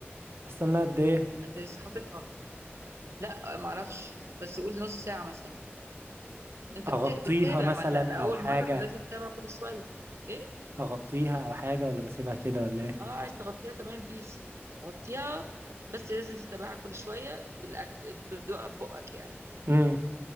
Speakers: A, on the right; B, on the right.
A: استنى قد ايه
B: انت لسه حاططها لا معرفش بس قول نص ساعة مثلا انت
A: اغطيها
B: بتا- بتتابع
A: مثلا
B: ما انت اول
A: او حاجة
B: مره فلازم تتابع كل شويه ايه
A: اغطيها او حاجة ولا بسيبها كده ولا ايه
B: اه عايز تغطيها تمام بيس غطيها بس لازم تتابعها كل شويه بالاكل بتدوقها ببقك يعني
A: امم